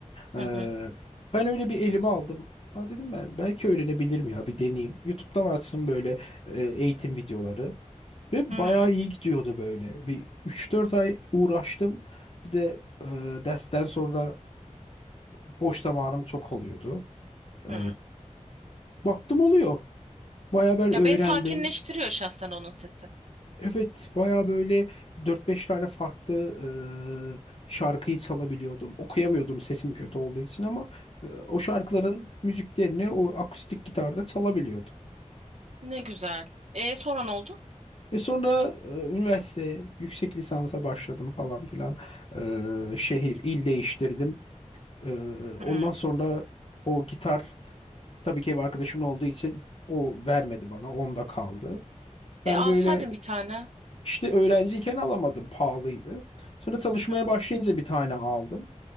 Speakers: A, on the left; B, on the right.
A: Ee,
B: Hı hı.
A: ben öyle bir elime aldım. Ha dedim ben belki öğrenebilirim ya bir deneyeyim. YouTube'dan açtım böyle e, eğitim videoları. Ve
B: Hı hı.
A: bayağı iyi gidiyordu böyle. Bir üç dört ay uğraştım. Bir de e, dersten sonra boş zamanım çok oluyordu. Ee,
B: hı.
A: baktım oluyor. Bayağı ben öğrendim.
B: Ya beni sakinleştiriyor şahsen onun sesi.
A: Evet, baya böyle dört beş tane farklı e, şarkıyı çalabiliyordum. Okuyamıyordum sesim kötü olduğu için ama e, o şarkıların müziklerini o akustik gitarda çalabiliyordum.
B: Ne güzel. E sonra ne oldu?
A: Ve sonra e, üniversite, yüksek lisansa başladım falan filan. E, şehir, il değiştirdim. E, ondan
B: Hmm.
A: sonra o gitar tabii ki ev arkadaşımın olduğu için o vermedi bana, onda kaldı. Ben
B: E alsaydın
A: böyle
B: bir tane.
A: İşte öğrenciyken alamadım, pahalıydı. Sonra çalışmaya
B: Hı hı.
A: başlayınca bir tane aldım.